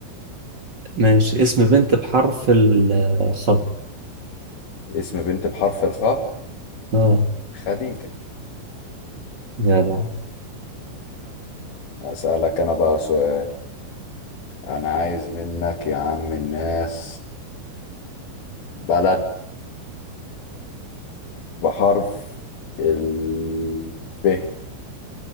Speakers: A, on the right; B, on the left.
A: ماشي اسم بنت بحرف الخاء
B: اسم بنت بحرف الخاء
A: اه
B: خديجة
A: جدع
B: اسألك انا بقى سؤال انا عايز منك يا عم الناس بلد بحرف ال ب